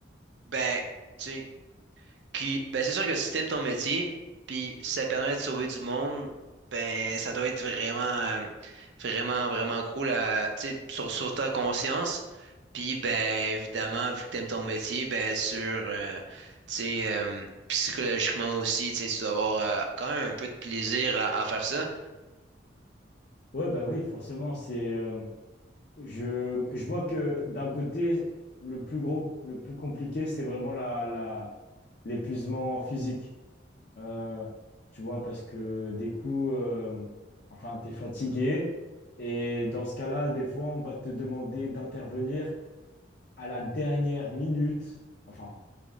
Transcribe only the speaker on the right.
ben, tu sais, puis, ben, c'est sûr que si t'aimes ton métier, puis si ça permet de sauver du monde, ben, ça doit être vraiment, euh, vraiment, vraiment cool à, tu sais, sur, sur ta conscience. Puis, ben, évidemment, vu que t'aimes ton métier, ben, sur, euh, tu sais, euh, psychologiquement aussi, tu sais, tu dois avoir euh, quand même un peu de plaisir à, à faire ça.